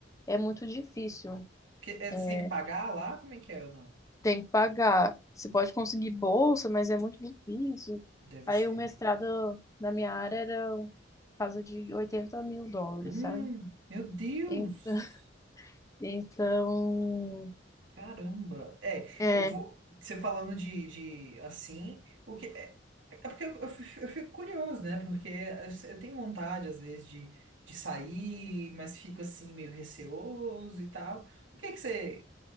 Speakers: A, on the left; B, on the right.
A: é muito difícil.
B: Que, é,
A: eh,
B: você tem que pagar lá? Como é que é ou não?
A: tem que pagar. Você pode conseguir bolsa, mas é muito difícil.
B: Deve
A: Aí
B: ser.
A: o mestrado na minha área era casa de 80 mil dólares,
B: Hum,
A: sabe?
B: meu Deus!
A: En- <laughs> Então,
B: Caramba! É,
A: é.
B: eu vou. Você falando de, de assim, o que. É, é porque eu, eu fi- eu fico curioso, né? Porque eu, eu tenho vontade, às vezes, de, de sair, mas fico assim, meio receoso e tal. O que que você.